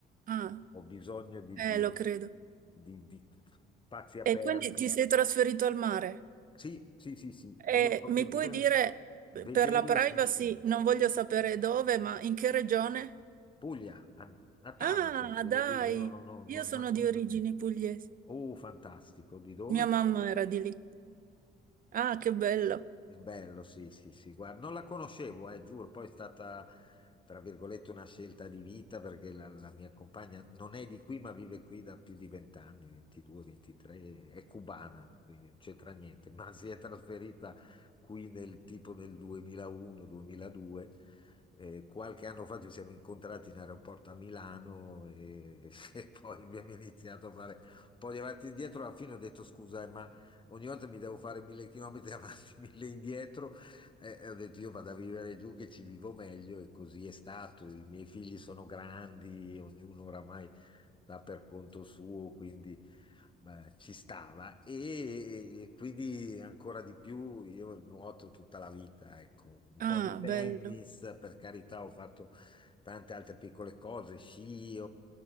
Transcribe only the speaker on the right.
ah,
eh,
lo credo.
E quindi ti sei trasferito al mare?
E
mi
puoi dire,
per la privacy,
non voglio sapere dove, ma in che regione?
Ah,
dai,
io
sono
di origini
pugliesi.
Mia mamma era di lì. Ah, che bello.
Ah,
bello.